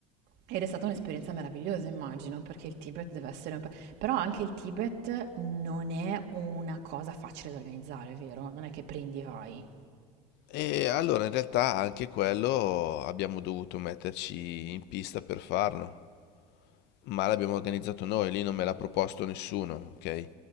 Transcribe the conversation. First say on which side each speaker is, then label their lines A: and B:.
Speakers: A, on the right; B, on the left.
A: Ed è stata un'esperienza meravigliosa immagino, perché il Tibet deve essere un pa però anche il Tibet non è una cosa facile da organizzare, vero? Non è che prendi e vai.
B: E allora in realtà anche quello abbiamo dovuto metterci in pista per farlo. ma l'abbiamo organizzato noi, lì non me l'ha proposto nessuno, ok?